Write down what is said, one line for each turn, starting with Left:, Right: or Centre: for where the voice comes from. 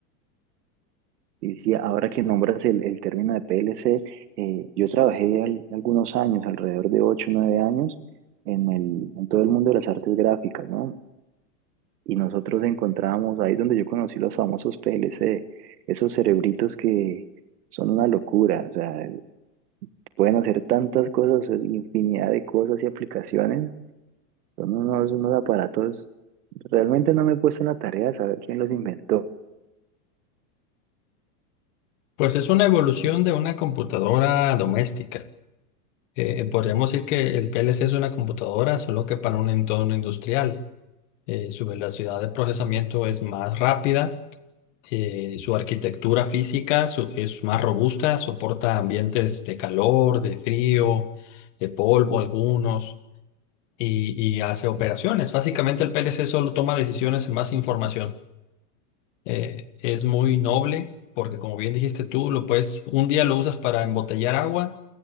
Right: Y sí, ahora que nombras el, el término de PLC, eh, yo trabajé al- algunos años, alrededor de ocho o 9 años, en el, en todo el mundo de las artes gráficas, ¿no? Y nosotros encontrábamos, ahí es donde yo conocí los famosos PLC, esos cerebritos que son una locura, o sea, pueden hacer tantas cosas, infinidad de cosas y aplicaciones, son unos, unos aparatos, realmente no me he puesto en la tarea de saber quién los inventó
Left: Pues es una evolución de una computadora doméstica. Eh, eh, podríamos decir que el PLC es una computadora, solo que para un entorno industrial. Eh, su velocidad de procesamiento es más rápida, eh, su arquitectura física su- es más robusta, soporta ambientes de calor, de frío, de polvo algunos. y, y hace operaciones. Básicamente el PLC solo toma decisiones en más información. Eh, es muy noble porque como bien dijiste tú, lo puedes, un día lo usas para embotellar agua